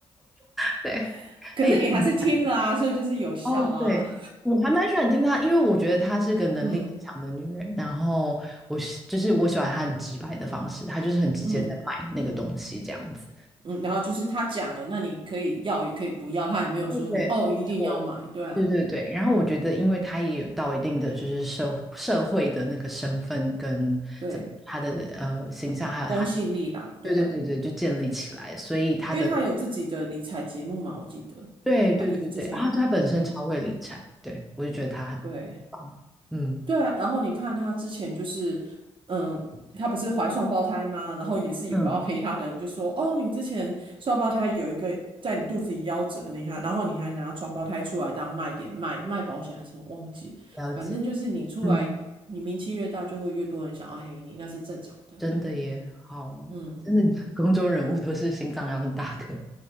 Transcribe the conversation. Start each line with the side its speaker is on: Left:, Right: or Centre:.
Centre: <laughs> 对，
Right: <laughs> 可是你还是听了啊，
Centre: 那也是很赞的。
Right: 所以就是有效啊，
Centre: 哦，对，我还蛮喜欢听他，因为我觉得她是个能力很强的女人。
Right: <laughs> 嗯。
Centre: 然后我喜就是我喜欢她很直白的方式，她就是很直接在卖那个东西这样子。
Right: 嗯嗯，然后就是他讲了，那你可以要也可以不要，他也没有说你哦一定要买，
Centre: 对对，没错，
Right: 对啊，
Centre: 对对对。然后我觉得，因为他也有到一定的就是社社会的那个身份跟怎他的呃形象，
Right: 对，
Centre: 还有他，
Right: 公信力啦，对啊，
Centre: 对对对对，就建立起来，所以他的，
Right: 因为他有自己的理财节目嘛，我记得，
Centre: 对对对对，
Right: 对，他一之前有，
Centre: 啊，他本身超会理财，
Right: 对
Centre: 对，我就觉得他很棒，
Right: 对。
Centre: 嗯
Right: 对啊，然后你看他之前就是，嗯，他不是怀双胞胎吗？然后也是有要黑他的人就说，
Centre: 嗯，
Right: 哦，你之前双胞胎有一个在你肚子里夭折，你看，然后你还拿双胞胎出来当卖点卖，卖保险还是什么忘记了反正就是你出来，
Centre: 了解，嗯，
Right: 你名气越大，就会越多人想要黑你，那是正常的。
Centre: 真的耶，好，
Right: 嗯，
Centre: 真的 <laughs> 公众人物都是心脏要很大颗，